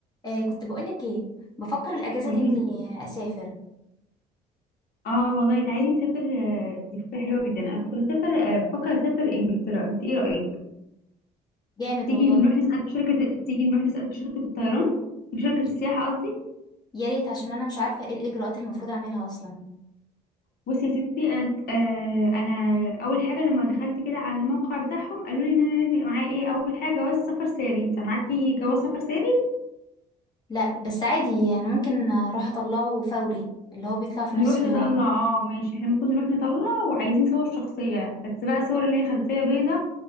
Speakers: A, on the left (about 25°); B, on the left (about 65°).
A: آه كنت بقولك ايه بفكر الاجازه
B: قوليلي
A: دي اني اسافر
B: اه والله تعالي نسافر آه، دي فكرة حلوة جدا انا كنت بسافر آه، بفكر اسافر انجلترا انت ايه رأيك
A: جامد
B: تيجي
A: والله
B: نروح نسأل في شركة تيجي نروح نسأل في شركة الطيران في شركة السياحة
A: ي-
B: قصدي
A: يا ريت عشان انا مش عارفه ايه الاجراءات اللي المفروض اعملها اصلا
B: بصي يا ستي انا آه انا اول حاجة لما دخلت كده على الموقع بتاعهم قالوا لي ان انا لازم يبقى معايا ايه اول حاجة جواز سفر ساري انت معاكي جواز سفر ساري
A: لا بس عادي انا ممكن اروح اطلعه فوري اللي هو بيطلع في
B: نروح
A: نفس اليوم
B: نطلع اه ماشي احنا ممكن نروح نطلع وعايزين صور شخصية بس بقى صور اللي هي خلفية بيضة